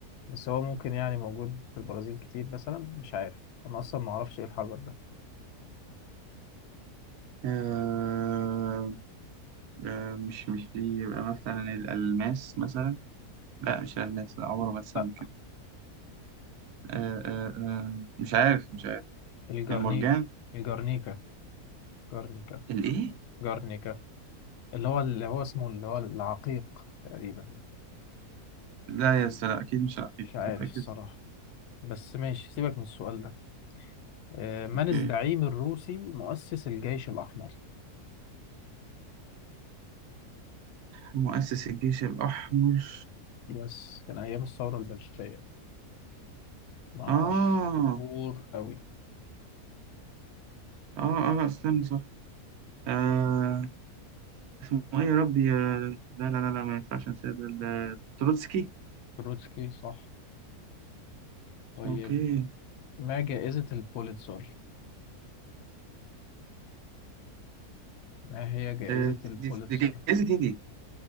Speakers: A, on the left (about 75°); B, on the right (about 75°).
A: بس هو ممكن يعني موجود في البرازيل كتير مثلا مش عارف أنا أصلا ما أعرفش إيه الحجر ده
B: آه، آه، مش مش دي يبقى مثلا الالماس مثلا لا مش الالماس لا عمره ما اتسمى
A: لا
B: كده آه، آه، آه، مش عارف مش عارف
A: الجرني
B: المرجان
A: الجرنيكا جرنيكا
B: الايه
A: جرنيكا اللي هو اللي هو اسمه اللي هو العقيق تقريبا
B: لا يا أستاذ، لا اكيد مش عارف أنت
A: مش عارف
B: متاكد
A: الصراحة بس ماشي سيبك من السؤال ده آه، من
B: اوكي
A: الزعيم الروسي مؤسس الجيش الأحمر
B: مؤسس الجيش الأحمر
A: يس كان أيام الثورة البلشفية مشهور
B: آه
A: أوي
B: آه آه لا استنى صح آه اسمه إيه يا ربي آه، لا لا لا لا ما ينفعش أنسى ده ال- آه، تروتسكي
A: تروتسكي صح طيب
B: أوكي
A: ما جائزة البوليتزر؟ ما هي جائزة
B: آه،
A: البوليتزر؟
B: دي دي دي جايزة إيه دي؟